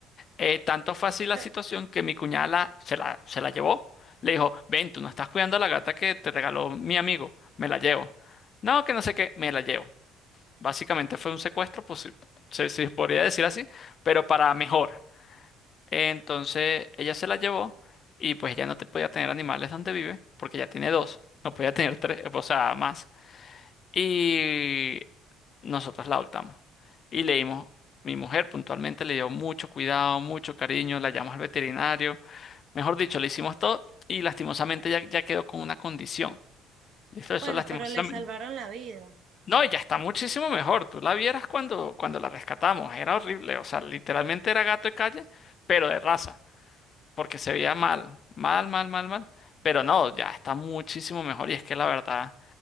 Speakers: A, on the right; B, on the left.
A: Ah,
B: Eh, tanto fue así la
A: pe-
B: situación que mi cuñada la- se la, se la llevó. Le dijo, ven, tú no estás cuidando a la gata que te regaló mi amigo, me la llevo. No, que no sé qué, me la llevo. Básicamente fue un secuestro, pues sí, se, si se podría decir así, pero para mejor. Entonces ella se la llevó y pues ya no te podía tener animales donde vive, porque ya tiene dos, no podía tener tres, o sea, más. Y nosotros la adoptamos. Y le dimos, mi mujer puntualmente le dio mucho cuidado, mucho cariño, la llamamos al veterinario, mejor dicho, le hicimos todo y lastimosamente ya, ya quedó con una condición. ¿Listo? Eso
A: bueno,
B: lastimosamente.
A: pero le salvaron la vida.
B: No, ya está muchísimo mejor. Tú la vieras cuando, cuando la rescatamos. Era horrible. O sea, literalmente era gato de calle, pero de raza. Porque se veía mal. Mal, mal, mal, mal. Pero no, ya está muchísimo mejor. Y es que la verdad.